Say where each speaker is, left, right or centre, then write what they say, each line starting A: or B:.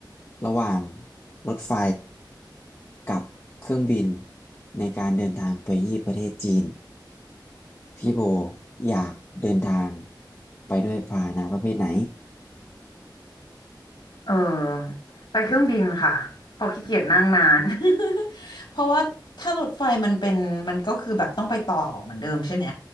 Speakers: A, on the left; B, on the left.
A: ระหว่างรถไฟกับเครื่องบินในการเดินทางไปที่ประเทศจีนพี่โบอยากเดินทางไปด้วยพาหนะประเภทไหน
B: เออไปเครื่องบินค่ะเพอขี้เกียจนั่งนาน <laughs> เพราะว่าถ้ารถไฟมันเป็นมันก็คือแบบต้องไปต่อเหมือนเดิมใช่ไหม